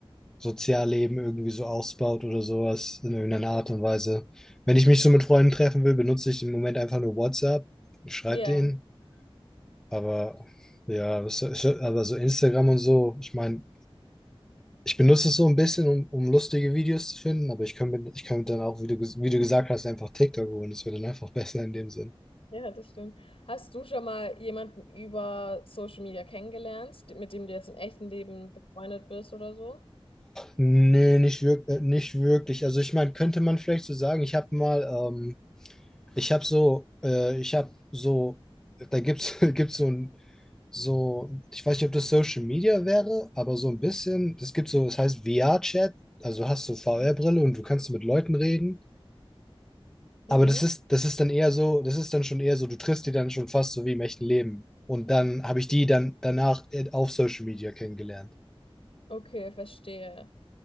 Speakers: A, in the centre; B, on the left (about 70°).
A: Sozialleben irgendwie so ausbaut oder sowas in irgendeiner Art
B: Mhm.
A: und Weise. Wenn ich mich so mit Freunden treffen will, benutze ich im Moment einfach nur WhatsApp, schreibe
B: Ja,
A: denen, aber ja, so, so- aber so Instagram und so, ich meine, ich benutze es so ein bisschen, um, um lustige Videos zu finden, aber ich könnte, mir- ich könnte dann auch, wie du, ges- wie du gesagt hast, einfach TikTok holen. Das wäre dann einfach <laughs> besser in dem Sinn.
B: ja, das stimmt. Hast du schon mal jemanden über Social Media kennengelernt, mit dem du jetzt im echten Leben befreundet bist oder so?
A: Nee, nicht wirklich, nicht wirklich. Also ich meine, könnte man vielleicht so sagen, ich habe mal, ähm, ich habe so, äh, ich habe so, da gibt's, <laughs> gibt's so ein, so, ich weiß nicht, ob das Social Media wäre, aber so ein bisschen, es gibt so, es heißt VR-Chat, also du hast du VR-Brille
B: Mhm.
A: und du kannst mit Leuten reden
B: Mhm.
A: Aber das ist, das ist dann eher so, das ist dann schon eher so, du triffst die dann schon fast so wie im echten Leben. Und dann habe ich die dann danach auf Social Media kennengelernt.
B: Okay, verstehe.